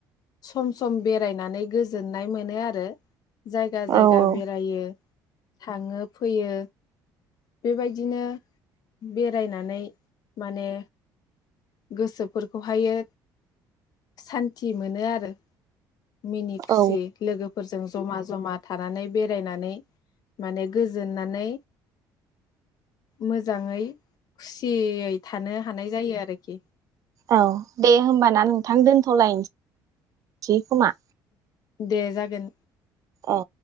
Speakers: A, on the left; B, on the right.
A: सम सम बेरायनानै गोजोननाय मोनो आरो। जायगा जायगा
B: औ औ
A: बेरायो थांङो फैयो बेबायदिनो बेरायनानै माने गोसोफोरखौ हायो सान थि मोनो आरो। मिनि खुसि
B: औ
A: लोगोफोरजों ज जमा-जमा थानानै बेरायनानै माने गोजोननानै मोजांङै खुसियै था थानो हानाय जायो आरोखि
B: औ दे होमबाना नोंथां दोनथ'लायनोसै खोमा?
A: दे जागोन।
B: औ